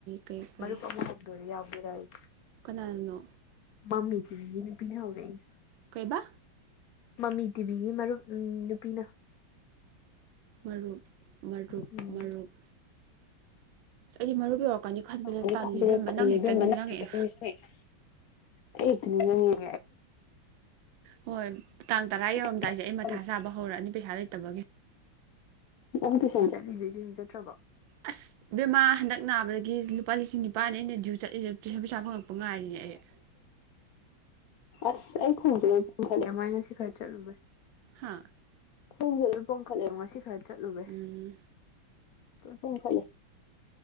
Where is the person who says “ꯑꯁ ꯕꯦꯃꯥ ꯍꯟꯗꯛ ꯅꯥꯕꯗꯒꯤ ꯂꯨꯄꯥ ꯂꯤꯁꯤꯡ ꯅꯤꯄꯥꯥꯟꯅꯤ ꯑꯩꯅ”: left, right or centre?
Right